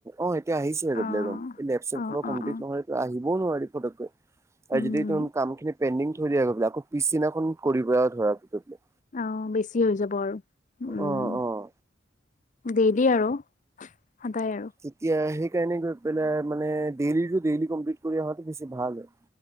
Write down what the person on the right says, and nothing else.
অ এতিয়া আহিছোহে
এই লেপ চেপ
শোপা কমপ্লিট
নহলেতো আহিবও নোৱাৰি ফটককে। আৰু
যদি তুম কামখিনি পেণ্ডিং থৈ দিয়া গৈ পেলায় আকৌ পিছদিনাখন কৰিব আৰু ধৰা ধৰিকে।
অ' অ'
তেতিয়া সেইকাৰণে গৈ পেলাই মানে দ্যেলিৰটো দ্যেলি কমপ্লিট কৰি অহাটো বেছি ভাল হয়।